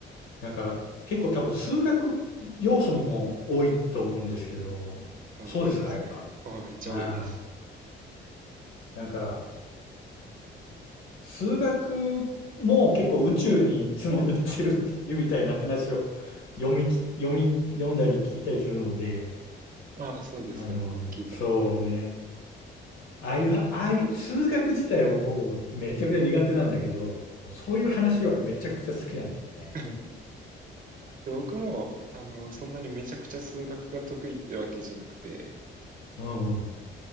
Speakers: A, on the left; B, on the right.
A: なんか、結構多分数学要素も多いと思うんですけど、
B: あ、
A: そうですか、
B: 多いですね。
A: やっぱ。
B: あ、めっちゃ多いです。
A: ああ、なんか、数学も結構宇宙につながってる <laughs> みたいな話を <laughs> 読みき、読み、読んだり聞いたりするので、
B: ああ、そうですね。
A: あの、
B: 僕も聞いたことある。
A: そうね。ああいうは、ああいう数学自体はもう僕もめちゃくちゃ苦手なんだけど、そういう話はめちゃくちゃ好きなんですよね。
B: <laughs> で僕も、あの、そんなにめちゃくちゃ数学が得意ってわけじゃなくて、
A: うんうん。